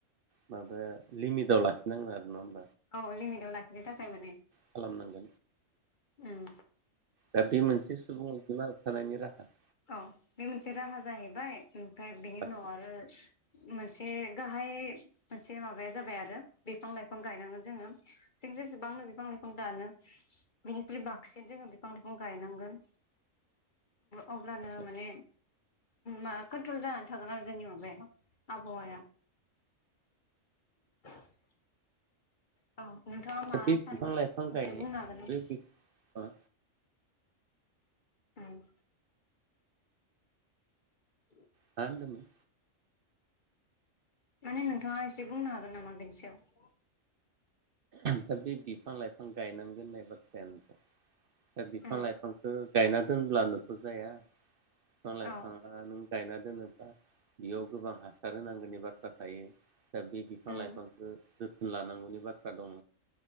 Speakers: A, on the right; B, on the left.
A: माबा लिमिटाव लाखिनांगोन आरो न
B: औ लमिदयाव लाखिनो थाखाय माने
A: खालामनांगोन
B: ओम
A: दा बे मोनसे सुबुंखौ नाव थानायानायनि राहा
B: औ बे मोनसे राहा जाय हैबाय ओमफ्राय बिनि
A: आदसा
B: उनाव आरो मोनसे गाहाय मोनसे माबाया जाबाय आरो बिफां लाइफां गायनांगोन जोङो जों जेसेबांनो बिफां लाइफां दानो बिनिख्रुइ बांसिन जोङो बिफां लाइफां गायनांगोन अब्लानो
A: आदसा
B: माने मा कन्ट्रल जानानै थागोन आरो जोंनि माबाया आबहावाया <inaudible> औं नोंथाङा मा
A: दा बे
B: सानो
A: बिफां लाइफां गायनाय
B: एसे बुंनो हागोन
A: बे बिफां मा
B: ओम <inaudible>
A: मा होनदोंमोन
B: माने नोंथाङा एसे बुंनो हागोन नामा बेनि सायाव
A: दा बे बिफां लाइफां गायनांगोन नाय बाथ्रायानोथ बिफां
B: उम
A: लाइफां गायना दोनब्लानोथ' जाया बिफां लाइफां
B: औ
A: फ्राथ गायना दोनो बेयाव गोबां हासार होनांगौनि बाथ्रा थायो दा बे बिफां
B: उम
A: लाइफांखौ जोथोन लानांगौनि बाथ थ्रा दङ